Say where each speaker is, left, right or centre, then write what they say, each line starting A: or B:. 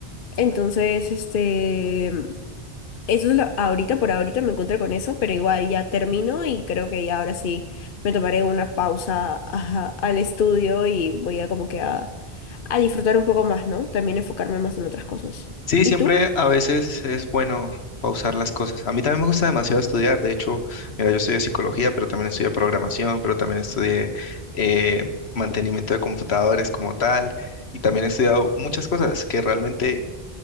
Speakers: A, on the left; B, on the left.
A: Entonces, este. Eso es lo, ahorita por ahorita me encuentro con eso, pero igual ya termino y creo que ya ahora sí me tomaré una pausa ajá, al estudio y voy a como que a, a disfrutar un poco más, ¿no? También enfocarme más en otras cosas.
B: Sí, siempre
A: ¿Y tú?
B: a veces es bueno pausar las cosas. A mí también me gusta demasiado estudiar. De hecho, mira, yo estudié psicología, pero también estudié programación, pero también estudié eh, mantenimiento de computadores como tal. Y también he estudiado muchas cosas que realmente